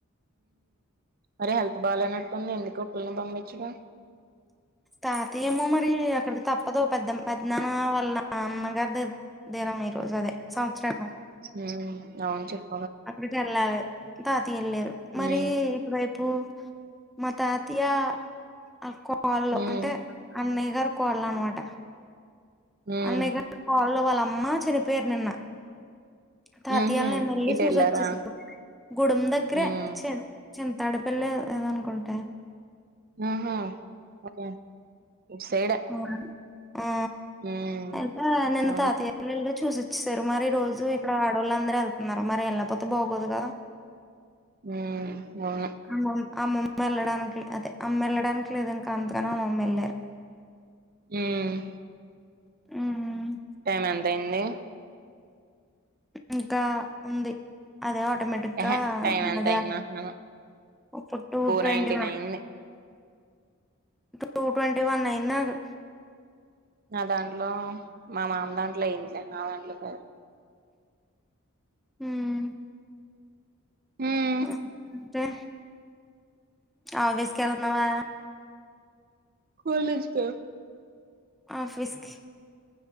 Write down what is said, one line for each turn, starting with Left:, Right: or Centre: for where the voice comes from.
Right: మరి హెల్త్ బాలేనట్టుంది ఎందుకు ఒక్కల్నే పంపించడం
Centre: తాతయ్య ఏమో మరి అక్కడికి తప్పదు పెద్ద పెద్నాన్న వళ్ల అమ్మగారిది దినం ఈ రోజు అదే సంవత్సరీకం
Right: హ్మ్ అవున్ చెప్
Centre: అక్కడికి వెళ్లాలి తాతయ్య ఏళ్ళారు మరి
Right: ఉమ్
Centre: ఇటువైపు మా తాతయ్య అక్కో వాళ్ళు
Right: ఉమ్
Centre: అంటే అన్నయ్యగారు కొడలను మాట
Right: ఉమ్
Centre: అన్నయగారు కోడలు వాళ్ళ అమ్మ చనిపోయారు నిన్న తాతయోళ్లు
Right: ఉహు
Centre: నిన్నెల్లి
Right: ఇటు
Centre: చూసోచ్చేరు
Right: వెళ్ళారా
Centre: గూడెం దగ్గరే
Right: ఉమ్
Centre: చిన్ చింతాడు పెళ్లే ఏదోనుకుంట
Right: ఆహా ఒకే ఇటు సైడే
Centre: అవునా! ఆ
Right: ఉమ్
Centre: అయితే నిన్న
Right: అవును
Centre: తాతయోళ్లు ఎల్ చూసోచ్చేసారు మరి ఈ రోజు ఇక్కడ ఆడోళ్ళు అందరూ వెళ్తున్నారు మరి వెళ్ళపోతే బాగోదు కదా
Right: హ్మ్ అవును
Centre: అమ్మమ్ అమ్మమ్మ వెళ్ళడానికి అదే అమ్మ వెళ్ళడానికి లేదు ఇంకా అంతకని అమ్మమేళ్ళారు
Right: హ్మ్
Centre: ఉహు
Right: టైం ఎంత అయింది
Centre: ఇంకా ఉంది అదే ఆటోమేటిక్గా
Right: ఎహె టైం ఎంత
Centre: అదే
Right: అయింది అంటున్నాను
Centre: ఇప్పుడు టూ ట్వంటీ
Right: నైన్టీన్
Centre: వన్
Right: అయింది
Centre: టూ ట్వంటీ వన్ అయింది నాకు
Right: నా దాంట్లో మా మామ దాంట్లో అయిందిలే నా దాంట్లో కాదు
Centre: హ్మ్
Right: ఉమ్
Centre: ఆ టే ఆఫీస్ కెళ్తున్నావా
Right: కాలేజ్ కా
Centre: ఆఫీస్కి